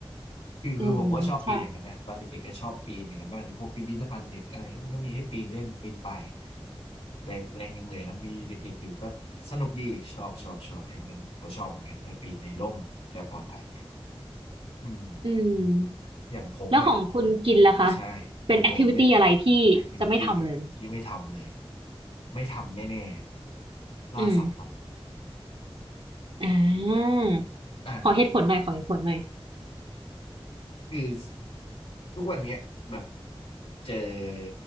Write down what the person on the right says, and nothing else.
อืมใช่
อืม
แล้วของคุณกินล่ะคะ
เป็นแอคทิวิตี้อะไรที่จะไม่ทำเลย
อืมอ่า
ขอเหตุผลหน่อยขอเหตุผลหน่อย